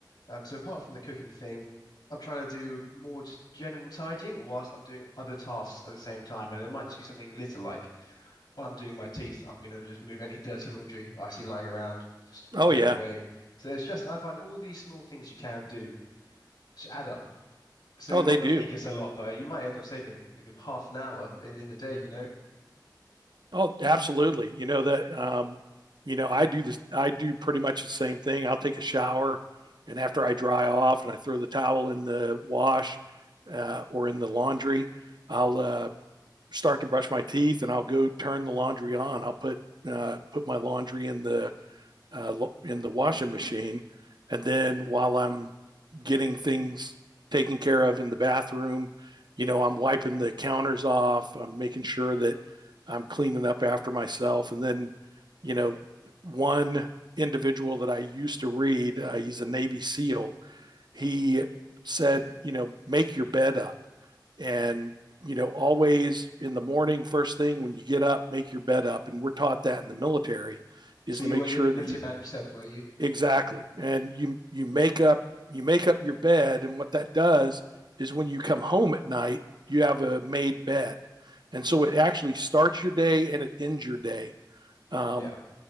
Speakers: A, on the left; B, on the right.
A: Um, so apart from the cooking thing, I'm trying to do more just general tidying whilst I'm doing other tasks at the same time. And it might just be something little like while I'm doing my teeth, I'm going to just move any dirty laundry I see lying around, just
B: Oh
A: put
B: yeah.
A: it away. So it's just, I find all these small things you can do just add up. So
B: Oh,
A: you
B: they
A: might
B: do.
A: not think it's a lot, but you might end up saving like half an hour in, in the day, you know?
B: Oh, absolutely. You know that um you know, I do this I do pretty much the same thing. I'll take a shower and after I dry off and I throw the towel in the wash uh, or in the laundry, I'll uh, start to brush my teeth and I'll go turn the laundry on. I'll put uh, put my laundry in the uh, in the washing machine. And then while I'm getting things taken care of in the bathroom, you know, I'm wiping the counters off, I'm making sure that I'm cleaning up after myself. And then, you know, one individual that I used to read, uh, he's a Navy SEAL, he said, you know, make your bed up. And, you know, always in the morning, first thing when you get up, make your bed up. And we're taught that in the military is
A: So
B: to
A: you
B: make
A: were you
B: sure
A: a military
B: that you
A: man yourself, were you?
B: Exactly. And you you make up you make up your bed and what that does is when you come home at night, you have a made bed. And so it actually starts your day and it ends your day. Um,
A: Yeah.